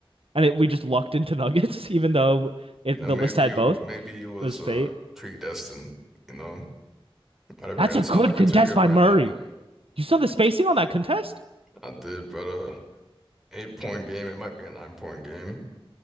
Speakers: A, on the right; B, in the centre.
A: and it, we just lucked into <laughs> Nuggets, even though it,
B: You know,
A: the
B: maybe
A: list had
B: you
A: both.
B: maybe you was
A: It was fate.
B: uh predestined. You know, whatever.
A: That's a
B: It's
A: good
B: not looking
A: contest
B: too good
A: by
B: right
A: Murray.
B: now though.
A: You saw the spacing on that contest?
B: I did, but uh, eight point game. It might be a nine point game.